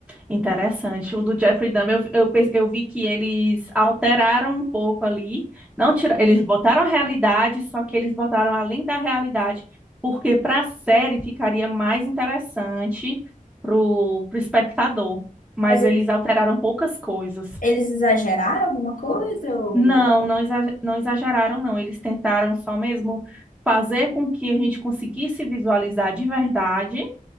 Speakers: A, in the centre; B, on the left.
A: Interessante. O do Jeffrey Dahmer, eu, eu, pe- eu vi que eles alteraram um pouco ali. Não tira, eles botaram a realidade, só que eles botaram além da realidade, porque para a série ficaria mais interessante pro, pro espectador. Mas
B: Mas eles
A: eles alteraram poucas coisas.
B: eles exageraram alguma coisa? Ou
A: Não, não, exa- não exageraram, não. Eles tentaram só mesmo fazer com que a gente conseguisse visualizar de verdade